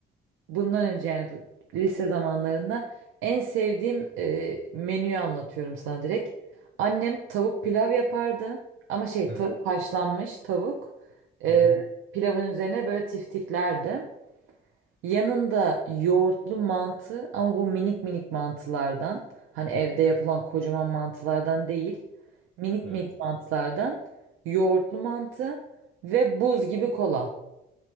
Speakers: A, on the right; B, on the right.
A: bundan önce yani bu lise zamanlarında en sevdiğim e, menüyü anlatıyorum sana direkt. Annem tavuk pilav yapardı ama şey
B: Evet.
A: tavuk haşlanmış tavuk. Ee,
B: Hı hı.
A: pilavın üzerine böyle tiftiklerdi. Yanında yoğurtlu mantı ama bu minik minik mantılardan. Hani evde yapılan kocaman mantılardan değil. Minik
B: Evet.
A: minik mantılardan yoğurtlu mantı ve buz gibi kola.